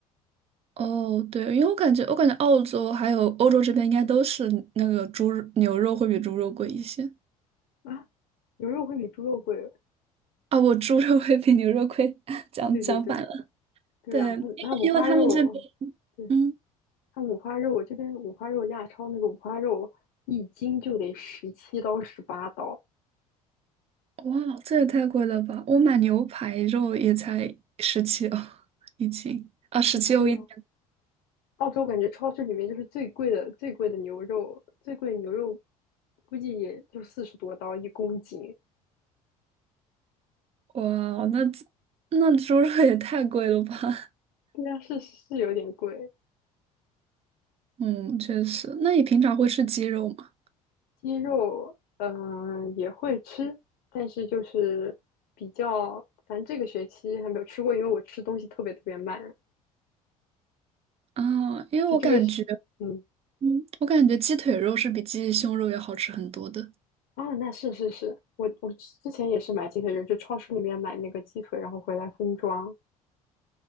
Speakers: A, on the right (about 30°); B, on the left (about 55°).
A: 哦，对，因为我感觉我感觉澳洲还有欧洲这边应该都是那个猪牛肉会比猪肉贵一些。
B: 啊，牛肉会比猪肉贵，
A: 啊，我猪肉会比牛肉贵，<laughs> 讲讲反了。
B: 对对对对啊，
A: 对，因为因为他们这边，
B: 它那五花肉，对，
A: 嗯，
B: 它五花肉，我这边五花肉亚超那个五花肉一斤就得十七刀十八刀，
A: 哇，这也太贵了吧！我买牛排肉也才十七哦一斤，啊，十七欧一斤，
B: 十七哦。澳洲感觉超市里面就是最贵的最贵的牛肉，最贵的牛肉估计也就四十多刀一公斤，
A: 哇，那那猪肉也太贵了吧？<laughs>
B: 对啊，是是有点贵。
A: 嗯，确实。那你平常会吃鸡肉吗？
B: 鸡肉嗯、也会吃，但是就是比较，反正这个学期还没有吃过，因为我吃东西特别特别慢，
A: 啊，因为我感觉，
B: 就这个学嗯。
A: 嗯，我感觉鸡腿肉是比鸡胸肉要好吃很多的。
B: 啊，那是是是，我我之前也是买鸡腿，肉，就超市里面买那个鸡腿，然后回来分装